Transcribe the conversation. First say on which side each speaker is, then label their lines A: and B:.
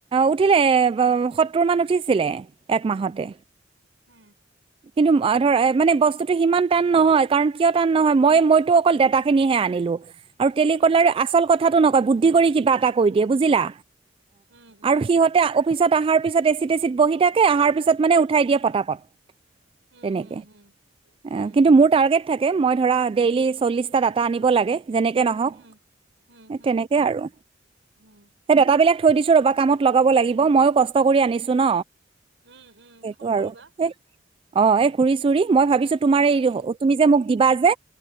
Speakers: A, on the right; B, on the right.
A: উঠিলে সত্তৰ মান উঠিছিলে। একমাহতে।
B: হম
A: কিন্তু ধৰা মানে বস্তুটো সিমান টান নহয়, কাৰণ কিয় টান নহয় মই মইতো অকল দাটা খিনিহে আনিলো, আৰু টেলিকলাৰ
B: উম
A: আচল কথাটো নকয় বুদ্ধি কৰি কিবা এটা কৈ দিয়ে বুজিলা
B: উম উম
A: আৰু সিহঁতে অফিচত অহাৰ পিছত এচি তেচিত বহি থাকে অহাৰ পিছত মানে উঠাই দিয়ে পতাপত।
B: উম
A: তেনেকে,
B: উম উম উম
A: আ কিন্তু মোৰ টাৰ্গেট থাকে মই ধৰা ডেইলি চল্লিছটা ডাটা আনিব লাগে। যেনেকে নহওক
B: উম উম উম
A: তেনেকে আৰু
B: উম উম
A: সেই ডাটা বিলাক থৈ দিছো ৰবা। কামত লগাব লাগিব মইয়ো কষ্ট কষ্ট কৰি আনিছো ন
B: উম উম
A: সেইটো
B: ফোন কৰিবা
A: আৰু সেই অ' এই ঘূৰি চুৰি মই
B: উম
A: ভাবিছো তোমাৰ
B: উম
A: এই তুমি যে মোক দিবা যে